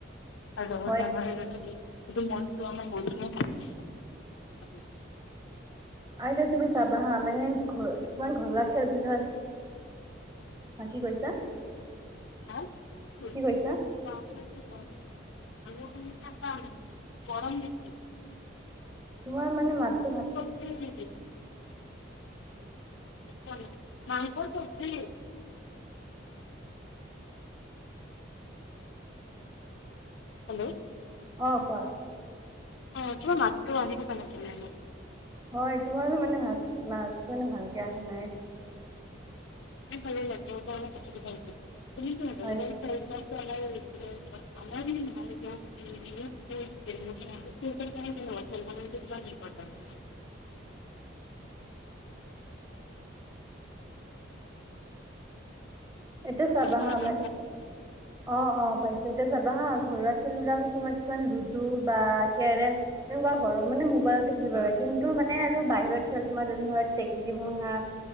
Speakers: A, on the left (about 75°); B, on the right (about 15°).
A: আৰু লগতে
B: হয়
A: আমাৰ যিটো মনটো আমাৰ মনটোও
B: আৰু যে, তুমি চাবা হা মানে ঘৰ কিছুমান ঘৰুৱা খেল <unintelligible> হা কি কৈছা?
A: <unintelligible>
B: কি কৈছা
A: <unintelligible> গৰম দিছে
B: তোমাৰ মানে মাত
A: <unintelligible> মাংসৰ চবজি হেল্ল'!
B: অ', কোৱা।
A: অ', তোমাৰ মাতটো আহি থকা <unintelligible>
B: হয়, তোমাৰো মানে ভাত-মাতটো মানে ভালকে আহা নাই।
A: <unintelligible>
B: হয়
A: <unintelligible> <unintelligible>
B: এইটোৱে চাবা
A: ভাবা
B: হা মই অ', অ', পাইছোঁ এতিয়া যাবা হা ঘৰুৱা খেল বিলাকতো কিছুমান লুডু বা কেৰেম তেনেকুৱা ঘৰৰ মানে মোবাইলতে খেলিব লাগে কিন্তু মানে আৰু বাহিৰৰ খেল তোমাৰ যেনে ধ-ধৰি টেকেলি ভঙা